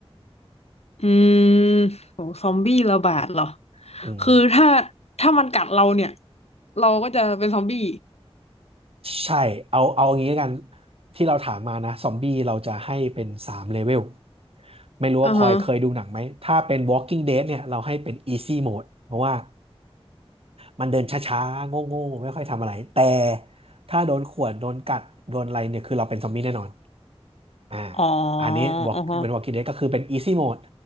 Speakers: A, on the left; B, on the right.
A: อืมโหซอมบี้ระบาดเหรอ
B: อืม
A: คือถ้าถ้ามันกัดเราเนี่ยเราก็จะเป็นซอมบี้
B: ใช่เอาเอาอย่างนี้แล้วกันที่เราถามมานะซอมบี้เราจะให้เป็นสามเลเวลไม่รู้ว่าพลอยเคยดูหนังไหมถ้าเป็น
A: อ่าฮะ
B: Walking Dead เนี่ยเราให้เป็น Easy Mode เพราะว่า มันเดินช้าๆโง่ๆไม่ค่อยทำอะไร แต่ถ้าโดนข่วนโดนกัด โดนอะไรเนี่ย คือเราเป็นซอมบี้แน่นอนอ่า
A: อ๋อ
B: อันนี้บอกเป็น
A: อ่าฮะ
B: Walking Dead ก็คือเป็น Easy Mode